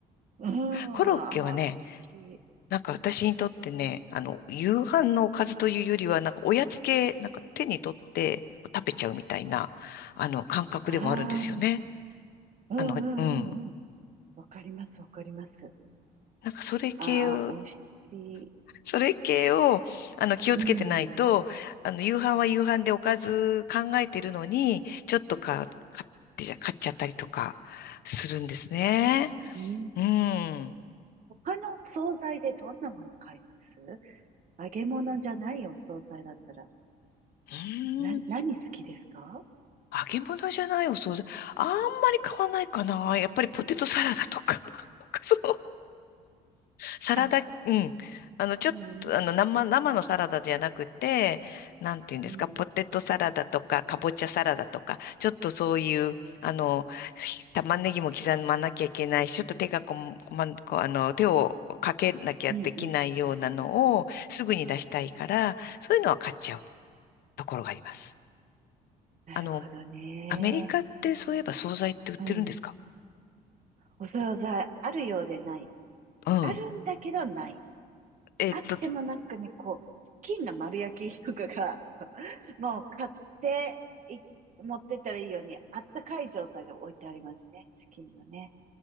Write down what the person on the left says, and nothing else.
コロッケはね、
なんか私にとってね、あの、夕飯のおかずというよりは、なんかおやつ系、なんか手に取って食べちゃうみたいな、あの、感覚でもあるんですよね。
あの、うん。
なんかそれ系を、
それ系を、あの、気をつけてないと、
あの、夕飯は夕飯でおかず考えてるのに、ちょっとか、買って、買っちゃったりとか、するんですね。
うん。
うん。
揚げ物じゃないお惣菜。あんまり買わないかな。やっぱりポテトサラダとか。<laughs> なんかそう。サラダ、
うん。あの、ちょっと、
あの、生、生のサラダじゃなくて、なんていうんですか、
ポテトサラダとか、かぼちゃサラダとか、ちょっとそういう、あの、ひ玉ねぎも刻まなきゃいけないし、ちょっと手がこん、こま、こ、あの、手をかけなきゃできないようなのを、
すぐに出したいから、そういうのは買っちゃうところがあります。
あの、アメリカってそういえば惣菜って売ってるんですか
うん。
えっと、